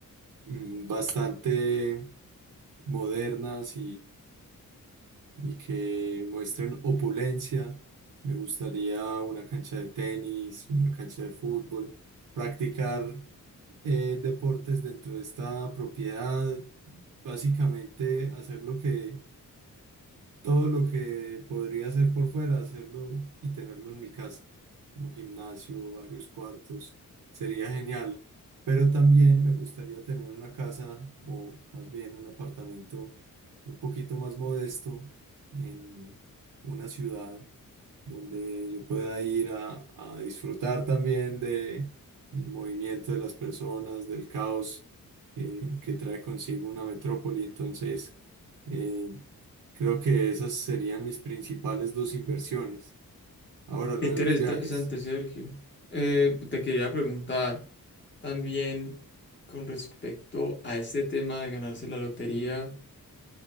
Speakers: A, on the right; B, on the left.
A: mm, bastante modernas y que muestren opulencia. Me gustaría una cancha de tenis, una cancha de fútbol, practicar eh, deportes dentro de esta propiedad, básicamente hacer lo que todo lo que podría hacer por fuera, hacerlo y tenerlo en mi casa. Un gimnasio, varios cuartos, sería genial. Pero también me gustaría tener una casa o más bien un apartamento un poquito más modesto en una ciudad donde yo pueda ir a, a disfrutar también de, del movimiento de las personas, del caos eh, que trae consigo una metrópoli. Entonces, eh, creo que esas serían mis principales dos inversiones. Ahora, lo
B: Qué Interesante,
A: de los viajes.
B: Sergio. Eh, te quería preguntar también con respecto a este tema de ganarse la lotería,